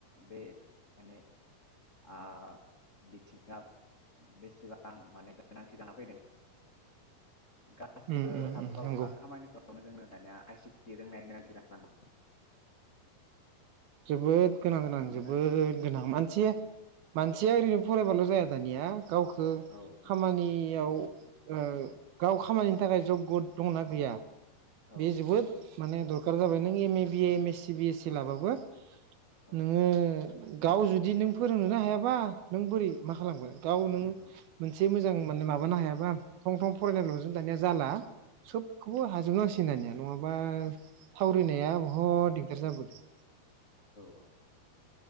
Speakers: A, on the left (about 30°); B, on the right (about 70°).
A: बे माने आ बिथिङा बेसेबां माने गोनांथि जाना फैदों गासैबो
B: उम उम
A: हाबा
B: उम नंगौ
A: हुखा खामानि फोराव बेखौनो जोंनो दानिया आइ सि टि रोंनाय नि गोनांथि जाना दं।
B: जोबोद गोनां गोनां
A: बेनि
B: जोबोद
A: बागै
B: गोनां मानसि मानसिया ओरैनो फरायबाल जाया दानिया गावखौ
A: औ नंगौ
B: खामानि याव ओ गाव खामानिनि थाखाय जग गद दंङ ना गैया?
A: औ
B: बे जोबोद माने दरखार जाबाय नों M A, B A, M S C, B S C लाबाबो
A: औ
B: नोङो गाव जुदि नों फोरों नोनो हायाबा नों बोरै मा खालामगोन गाव नोङो
A: औ
B: मोनसे मोजां मानो माबानो हायाबा थं थं फरायनायल' जों दानिया जाला सोबखौबो हाजोब नांसि गोन नङाबा थावरि नाया बहुद दिगदार जाबोदों।
A: औ औ।